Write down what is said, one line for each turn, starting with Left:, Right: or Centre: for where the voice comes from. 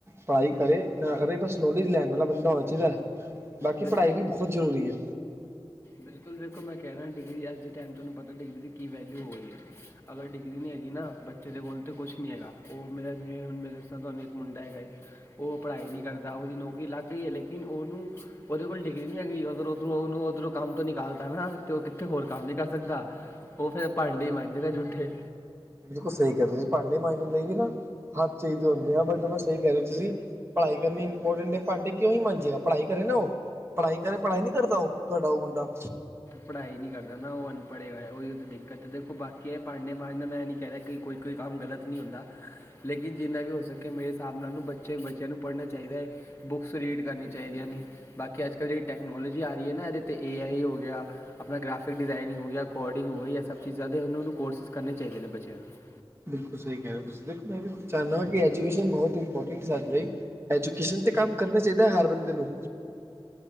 Right: ਪੜ੍ਹਾਈ ਕਰੇ ਨਾ ਕਰੇ, ਬਸ ਨੌਲੇਜ ਲੈਣ ਵਾਲਾ ਬੰਦਾ ਹੋਣਾ ਚਾਹੀਦਾ। ਬਾਕੀ
Left: ਵੇ-
Right: ਪੜ੍ਹਾਈ ਵੀ ਬਹੁਤ ਜ਼ਰੂਰੀ ਐ।
Left: ਬਿਲਕੁਲ ਦੇਖੋ ਮੈਂ ਕਹਿ ਰਿਹਾ ਡਿਗਰੀ ਅੱਜ ਦੇ ਟਾਈਮ ਤੁਹਾਨੂੰ ਪਤਾ ਡਿਗਰੀ ਦੀ ਕੀ ਵੈਲਿਊ ਹੋ ਰਹੀ ਐ ਅਗਰ ਡਿਗਰੀ ਨੀ ਹੈਗੀ ਨਾ, ਬੱਚੇ ਦੇ ਕੋਲ ਤੇ ਕੁਛ ਨਹੀਂ ਹੈਗਾ। ਉਹ ਮੇਰਾ ਜਿਵੇਂ, ਹੁਣ ਮੇਰੇ ਦੱਸਾਂ ਤੁਹਾਨੂੰ ਇੱਕ ਮੁੰਡਾ ਹੈਗਾ ਐ ਉਹ ਪੜ੍ਹਾਈ ਨਹੀਂ ਕਰਦਾ, ਓਹਦੀ ਨੌਕਰੀ ਲੱਗ ਏ ਲੇਕਿਨ ਉਹਨੂੰ ਉਹਦੇ ਕੋਲ ਡਿਗਰੀ ਨੀ ਹੈਗੀ, ਉਧਰ -ਉਧਰ ਉਹਨੂੰ ਉਧਰ ਕੰਮ ਤੋਂ ਨਿਕਾਲ ਤਾ ਨਾ ਤੇ ਉਹ ਕਿੱਥੇ ਹੋਰ ਕੰਮ ਨੀ ਕਰ ਸਕਦਾ, ਉਹ ਫਿਰ ਭਾਂਡੇ ਮਾਂਜੇ ਗਾ ਜੂਠੇ।
Right: ਬਿਲਕੁਲ ਸਹੀ ਕਹਿ ਰਹੇ ਓ ਤੁਸੀਂ, ਭਾਂਡੇ ਮਾਂਜਣ ਲਈ ਵੀ ਨਾ ਹੱਥ ਚਾਹੀਦੇ ਹੁੰਦੇ ਆ, ਬਟ ਮੈਂ ਸਹੀ ਕਹਿ ਰਹੇ ਤੁਸੀਂ ਪੜ੍ਹਾਈ ਕਰਨੀ ਇੰਪੋਰਟੈਂਟ ਐ ਭਾਂਡੇ ਕਿਉਂ ਹੀ ਮਾਜੇਗਾ, ਪੜ੍ਹਾਈ ਕਰੇ ਨਾ ਓ, ਪੜ੍ਹਾਈ ਕਰੇ ਪੜ੍ਹਾਈ ਨੀ ਕਰਦਾ ਓ, ਤੁਹਾਡਾ ਓ ਮੁੰਡਾ?
Left: ਪੜ੍ਹਾਈ ਨੀ ਕਰਦਾ ਨਾ ਉਹ ਅਨਪੜ੍ਹ ਐ, ਉਹੀ ਤਾਂ ਦਿੱਕਤ ਦੇਖੋ ਬਾਕੀ ਇਹ ਭਾਂਡੇ ਮਾਂਜੇ ਦਾ ਮੈਂ ਨੀ ਕਹਿ ਰਿਹਾ ਕਿ ਕੋਈ ਕੋਈ ਕੰਮ ਗਲਤ ਨਹੀਂ ਹੁੰਦਾ, ਲੇਕਿਨ ਜਿੰਨਾ ਵੀ ਹੋ ਸਕੇ ਮੇਰੇ ਹਿਸਾਬ ਨਾਲ ਬੱਚੇ ਬੱਚਿਆਂ ਨੂੰ ਪੜ੍ਹਨਾ ਚਾਹੀਦਾ ਐ, ਬੁੱਕ ਸ ਰੀਡ ਕਰਨੀਆਂ ਚਾਹੀਦੀਆਂ ਨੇ, ਬਾਕੀ ਅੱਜ ਕੱਲ੍ਹ ਜਿਹੜੀ ਟੈਕਨਲਜੀ ਆ ਰਹੀ ਹੈ ਨਾ ਇਹਦੇ 'ਤੇ ਏ ਆਈ ਹੋ ਗਿਆ ਆਪਨਾ ਗ੍ਰਾਫਿਕ ਡਿਜ਼ਾਇਨਿੰਗ ਹੋ ਗਿਆ ਆ, ਕੋਰਡਿੰਗ ਹੋ ਗਈ ਜਾਂ ਸਭ ਚੀਜ਼ਾਂ ਦੇ ਓਨਾਂ ਨੂੰ ਕੋਰਸਿਸ ਕਰਨੇ ਚਾਹੀਦੇ ਨੇ ਬੱਚਿਆਂ ਨੂੰ। <inaudible>
Right: ਬਿਲਕੁਲ ਸਹੀ ਕਹਿ ਰਹੇ ਤੁਸੀ, ਦੇਖੋ ਮੈਂ ਵੀ ਚਾਹਨਾ ਵਾ ਕਿ ਐਜੂਕੇਸ਼ਨ ਬਹੁਤ ਇੰਪੋਰਟੈਂਟ ਐ ਸਾਡੇ ਲਈ, ਐਜੂਕੇਸ਼ਨ 'ਤੇ ਕੰਮ ਕਰਨਾ ਚਾਹੀਦਾ ਹਰ ਬੰਦੇ ਨੂੰ।